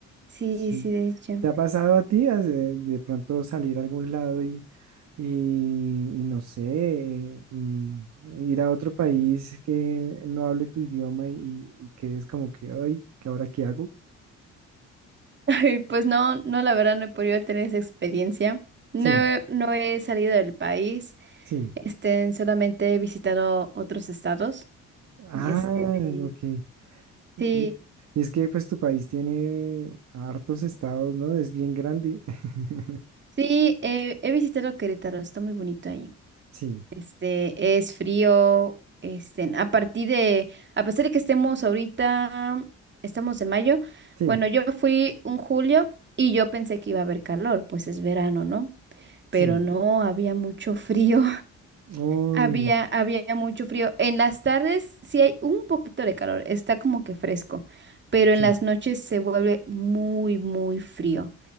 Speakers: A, on the right; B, on the right.
A: sí,
B: Sí.
A: sí, de hecho.
B: ¿Te ha pasado a ti has, eh, de pronto salir a algún lado y, y, y no sé, y ir a otro país que no hable tu idioma y, y quedes como que, ay, ¿qué ahora qué hago?
A: Y Pues no, no, la verdad no he podido tener esa experiencia. No,
B: Sí,
A: he- no he salido del país,
B: sí.
A: este, solamente he visitado otros estados.
B: Ah,
A: Este, de-
B: ok. Y
A: sí,
B: y es que pues tu país tiene hartos estados, ¿no? Es bien grande. <laughs>
A: sí, he, he visitado Querétaro, está muy bonito ahí.
B: Sí,
A: Este, es frío, este, a partir de, a pesar de que estemos ahorita, estamos en mayo,
B: sí,
A: bueno, yo fui un julio y yo pensé que iba a haber calor, pues es verano, ¿no? Pero
B: sí.
A: no, había mucho frío.
B: Uy,
A: Había, había mucho frío. En las tardes sí hay un poquito de calor, está como que fresco, pero
B: sí.
A: en las noches se vuelve muy, muy frío,